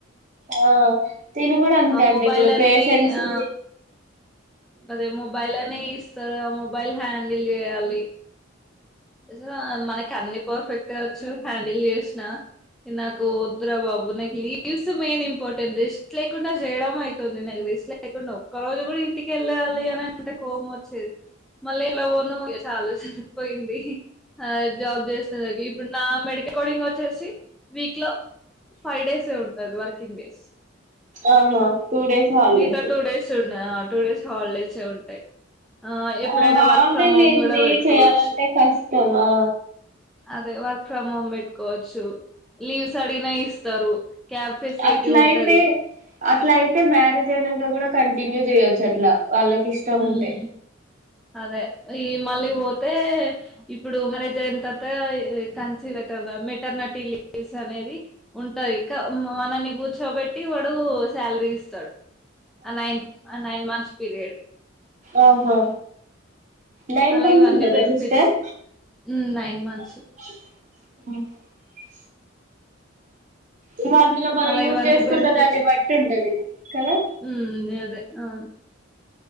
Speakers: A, on the right; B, in the centre.
A: ఆ తిను కూడా అంతే
B: ఆ
A: అండి
B: మొబైల్
A: ఇప్పుడు
B: అని
A: పేషెంట్స్
B: ఆ
A: ని
B: అదే మొబైల్ అనే ఇస్తారు ఆ మొబైల్ హ్యాండిల్ చేయాలి ఏజారా మనకి అన్ని పర్ఫెక్ట్ వచ్చు హ్యాండిల్ చేసిన నాకు కో వద్దు బాబు నకిలీ కివుస్ మెయిన్ ఇంపార్టెంట్ రిస్క్ లేకుండా చేయడం అయితుంది నాకు రిస్క్ లేకుండా ఒక్క రోజు కూడా ఇంటికెళ్ళ కళ్లి అని అంటే కోపం వచ్చేది మళ్ళీ ఎలా పోను ఇగ చాలు సరిపోయింది ఆ జాబ్ చేసిన దగి ఇప్పుడు నా మెడిక కార్డింగ్ వచ్చేసి వీక్ లో ఫైవ్ డేస్ ఏ ఉంటది వర్కింగ్ డేస్
A: ఆహా టూ డేస్ హాలిడేస్
B: మిగతా టూ డేస్ ఉన్నదా టూ డేస్ హాలిడేస్ సే ఉంటాయి ఎప్పుడైనా
A: ఆ హాలిడే
B: వర్క్ ఫ్రమ్
A: లేంది
B: హోమ్ కూడా పెట్టుకోవచ్చు
A: చేయాలంటే కష్టమా
B: అదే వర్క్ ఫ్రమ్ హోమ్ పెట్టుకోవచ్చు లీవ్స్ అడిగిన ఇస్తారు క్యాబ్ ఫెసిలిటీ
A: అట్లయితే
B: ఉంటది
A: అట్లా అయితే మ్యారేజ్ అయినంకా కూడా కంటిన్యూ చేయొచ్చు అట్లా వాళ్ళకి ఇష్టం
B: ఉమ్
A: ఉంటే
B: అదే ఈ మళ్ళీ పోతే ఇప్పుడు మరేజ్ అయిన తర్వా కంసివే వెటర్న మెటర్టీ లీవ్స్ అనేది ఉంటాయి కా మనన్ని కుచ్చు చోపెట్టి వాడు శాలరీ ఇస్తాడు ఆ నైన్ ఆ నైన్ మంత్స్ పీరియడ్
A: ఆహా నైన్
B: అలా
A: మంత్స్
B: ఇవన్నీ
A: ఉంటందా
B: బెనిఫిట్స్
A: సిస్టర్
B: హ్మ్ నైన్ మంత్స్
A: అ ఇంకా అందులో మనం
B: అలా
A: యూజ్
B: ఇవన్నీ
A: చేసుకున్న
B: బెనిఫిట్స్
A: దాన్ని బట్టి ఉంటది కదా
B: హ్మ్ గదే అవును